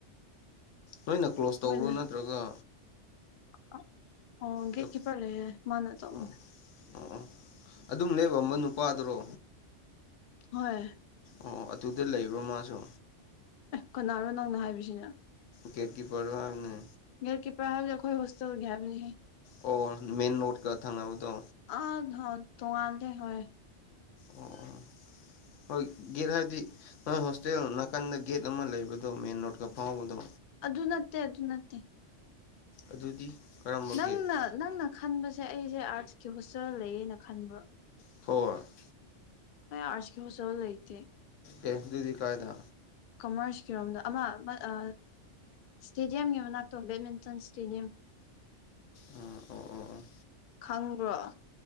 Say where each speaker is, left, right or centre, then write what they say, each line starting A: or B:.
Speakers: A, on the left (about 80°); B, on the left (about 60°).
A: ꯅꯣꯏꯅ ꯀ꯭ꯂꯣꯁ ꯇꯧꯕ꯭ꯔꯣ
B: ꯍꯣꯏꯅꯦ
A: ꯅꯠꯇ꯭ꯔꯒ
B: <unintelligible> ꯒꯦꯠ
A: ꯆꯠ
B: ꯀꯤꯄꯔ ꯂꯩꯌꯦ ꯃꯥꯅ ꯇꯧꯅꯤ
A: ꯑꯣ ꯑꯣ ꯑꯣ ꯑꯗꯨꯝ ꯅꯣꯢꯒꯨꯝꯕ ꯅꯨꯄꯥꯗꯨꯔꯣ
B: ꯍꯣꯏ
A: ꯑꯣ ꯑꯗꯨꯗ ꯂꯩꯕ꯭ꯔꯣ ꯃꯥꯁꯨ
B: ꯑꯦ ꯀꯅꯥꯔꯣ ꯅꯪꯅ ꯍꯥꯏꯕꯁꯤꯅ
A: ꯒꯦꯠꯀꯤꯄꯔꯗꯣ ꯍꯥꯢꯕꯅꯦ
B: ꯒꯦꯠ ꯀꯤꯄꯔ ꯍꯥꯢꯕꯗꯣ ꯑꯈꯣꯏ ꯍꯣꯁꯇꯦꯜꯒꯤ ꯍꯥꯏꯕꯅꯦꯍꯦ
A: ꯑꯣ ꯃꯦꯟ ꯔꯣꯠꯀ ꯊꯪꯅꯕꯗꯣ
B: <unintelligible> ꯇꯣꯡꯉꯥꯟꯗꯦ ꯍꯣꯢ
A: ꯑꯣ ꯑꯣ ꯍꯣꯏ ꯒꯦꯠ ꯍꯥꯏꯗꯤ ꯅꯣꯏ ꯍꯣꯁꯇꯦꯜ ꯅꯥꯀꯟꯗ ꯒꯦꯠ ꯑꯃ ꯂꯩꯕꯗꯣ ꯃꯦꯟ ꯔꯣꯠꯀ ꯐꯥꯎꯕꯗꯣ
B: ꯑꯗꯨ ꯅꯠꯇꯦ ꯑꯗꯨ ꯅꯠꯇꯦ
A: ꯑꯗꯨꯗꯤ ꯀꯔꯝꯕ
B: ꯅꯪꯅ
A: ꯒꯦꯠ
B: ꯅꯪꯅ ꯈꯟꯕꯁꯦ ꯑꯩꯖꯦ ꯑꯥꯔꯠꯁꯀꯤ ꯍꯣꯁꯇꯦꯜ ꯂꯩꯌꯦꯅ ꯈꯟꯕ꯭ꯔꯣ
A: <unintelligible>
B: ꯑꯩ ꯑꯥꯔꯠꯁꯀꯤ ꯍꯣꯁꯇꯦꯜꯗ ꯂꯩꯇꯦ
A: ꯑꯦ ꯑꯗꯨꯗꯤ ꯀꯥꯥꯏꯗ
B: ꯀꯃꯔꯁꯀꯤꯔꯣꯝꯗ ꯑꯃ ꯑꯃ ꯑ ꯁ꯭ꯇꯦꯗꯤꯌꯝꯒꯤ ꯃꯅꯥꯛꯇꯣ ꯕꯦꯠꯃꯤꯟꯇꯟ ꯁ꯭ꯇꯦꯗꯤꯌꯝ
A: ꯎꯝ ꯑꯣ ꯑꯣ ꯑꯣ
B: ꯈꯪꯕ꯭ꯔꯣ